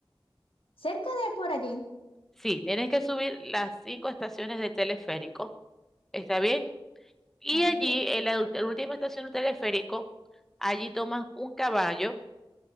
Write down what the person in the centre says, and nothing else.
Sí, tienes que subir las cinco estaciones del teleférico. ¿Está bien? Y
allí, en la, ul- la última estación del teleférico, allí toman un caballo